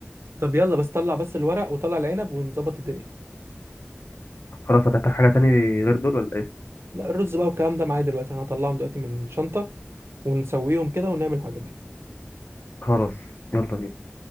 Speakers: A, on the right; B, on the left.
A: طب يلا بس طلع بس الورق وطلع العنب ونظبط الدنيا
B: خلاص هتحتاج حاجة تاني غير دول ولا ايه
A: لا الرز بقى والكلام ده معايا دلوقتي انا هطلعهم دلوقتي من الشنطه ونسويهم كده ونعمل الحاجات دي
B: خلاص يلا بينا